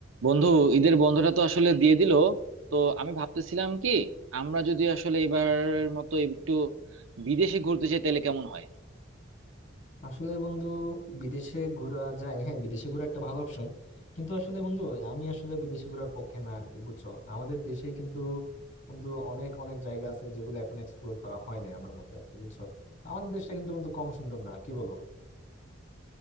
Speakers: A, on the right (about 80°); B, on the left (about 40°).
A: বন্ধু ঈদের বন্ধটা তো আসলে দিয়ে দিল তো আমি ভাবতেছিলাম কি আমরা যদি আসলে এবার মতো একটু বিদেশে ঘুরতে চাই তাহলে কেমন হয়
B: আসলে বন্ধু বিদেশে ঘোরা যায় হ্যাঁ বিদেশে ঘোরা একটা ভালো অপশন কিন্তু আসলে বন্ধু আমি আসলে বিদেশে ঘোরার পক্ষে না আর কি বুঝছো আমাদের দেশেই কিন্তু বন্ধু অনেক অনেক জায়গা আছে যেগুলো এখন এক্সপ্লোর করা হয় না আমার মতে আর কি বুঝছো আমাদের দেশটা কিন্তু বন্ধু কম সুন্দর না কি বলো